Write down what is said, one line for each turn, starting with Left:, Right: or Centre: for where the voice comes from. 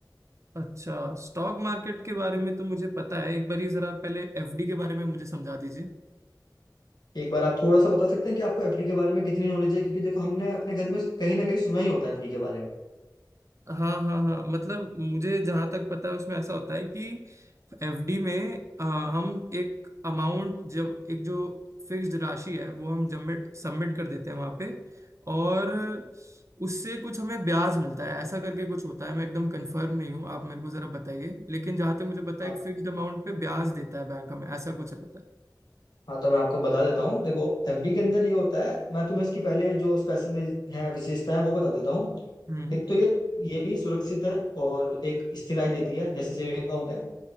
Right: अच्छा स्टॉक मार्केट के बारे में तो मुझे पता है एक बार ही जरा पहले एफडी के बारे में मुझे समझा दीजिए
Left: एक बार आप थोड़ा सा बता सकते हैं कि आपको एफडी के बारे में कितनी नॉलेज है क्योंकि देखो हमने अपने घर में कहीं ना कहीं सुना ही होता है एफडी के बारे में
Right: हाँ हाँ हाँ मतलब मुझे जहां तक पता है उसमें ऐसा होता है कि एफडी में आ, हम एक अमाउंट जब एक जो फिक्स्ड राशि है वो हम सबमिट सबमिट कर देते हैं वहां पे और उससे कुछ हमें ब्याज मिलता है ऐसा करके कुछ होता है मैं एकदम कंफर्म नहीं हूँ आप मेरे को जरा बताइए लेकिन जहां तक मुझे पता
Left: हाँ
Right: है एक फिक्स्ड अमाउंट पे ब्याज देता है बैंक हमें ऐसा कुछ रहता है
Left: हाँ, तो मैं आपको बता देता हूँ देखो एफडी के अंदर ये होता है मैं तुम्हें इसकी पहले जो स्पेशलिस्ट है विशेषता है वो बता देता हूँ
Right: हम्म
Left: एक तो ये ये भी सुरक्षित है और एक स्थिराई देती है जैसे सेविंग अकाउंट है